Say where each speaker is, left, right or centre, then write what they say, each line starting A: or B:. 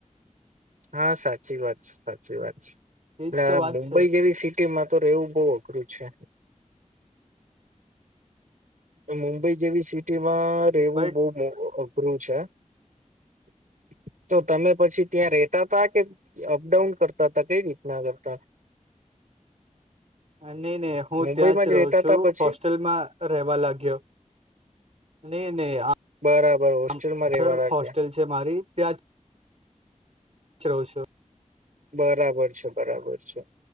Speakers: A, on the right (about 85°); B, on the right (about 55°).
A: હા સાચી વાત છે સાચી વાત છે એટલે
B: એજ તો વાત
A: મુંબઈ
B: છે
A: જેવી સિટીમાં તો રહેેવું બોવ અઘરું છે. મુંબઈ જેવી સિટીમાં રહેેવું
B: બટ
A: બોવ મો અ અઘરું છે. <inaudible> તો તમે પછી ત્યાં રેતા તા કે અપડાઉન કરતા હતા કઈ રીતના કરતા <inaudible>
B: નહી નહી હું
A: મુંબઈમાં
B: ત્યાં જ રહું
A: રેતા
B: છું
A: તા પછી
B: હોસ્ટેલમાં રહેવા લાગ્યો નહી નહી આ
A: બરાબર હોસ્ટેલમાં રેવા લાગ્યા
B: હોસ્ટેલ છે મારી ત્યાં જ રહુ છુ.
A: બરાબર છે બરાબર છે